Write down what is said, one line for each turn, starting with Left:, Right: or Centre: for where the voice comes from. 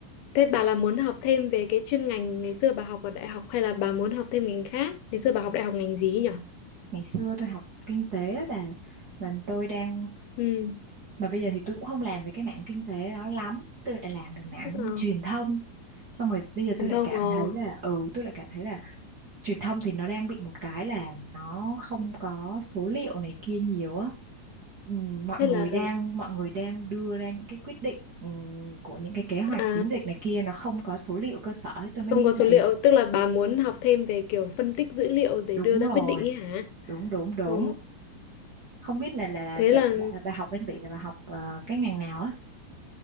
Left: thế bà là muốn học thêm về cái chuyên ngành ngày xưa bà học ở đại học hay là bà muốn học thêm ngành khác? Ngày xưa bà học đại học ngành gì ấy nhỉ?
Right: ngày xưa tôi học kinh tế á bà mà tôi đang
Left: Ừ,
Right: mà bây giờ thì tôi cũng không làm về cái mảng kinh tế đó lắm tôi lại làm về mảng
Left: ờ,
Right: truyền thông xong rồi bây giờ
Left: truyền
Right: tôi lại
Left: thông
Right: cảm
Left: ờ,
Right: thấy là ừ tôi lại cảm thấy là truyền thông thì nó đang bị một cái là nó không có số liệu này kia nhiều á ừ, mọi
Left: thế
Right: người
Left: là
Right: đang mọi người đang đưa ra những cái quyết định ừ, của những cái kế hoạch
Left: à
Right: chiến dịch này kia nó không có số liệu cơ sở ấy. tôi
Left: không
Right: mới nghĩ
Left: có
Right: là
Left: số liệu,
Right: ừ
Left: tức là bà muốn học thêm về kiểu phân tích dữ liệu để
Right: đúng
Left: đưa
Right: rồi
Left: ra quyết định ấy hả?
Right: đúng đúng đúng
Left: Ồ,
Right: không biết là là là
Left: thế
Right: đợt
Left: là
Right: bà, bà học bên Bỉ là bà học ờ, cái ngành nào á